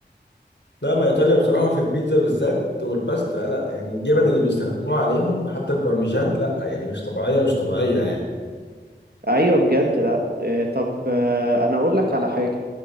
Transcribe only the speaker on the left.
لا ما ايطاليا بصراحه في البيتزا بالذات والباستا لا يعني الجبن اللي بيستخدموها عليهم حتى البارميجان لا يعني مش طبيعيه مش طبيعيه يعني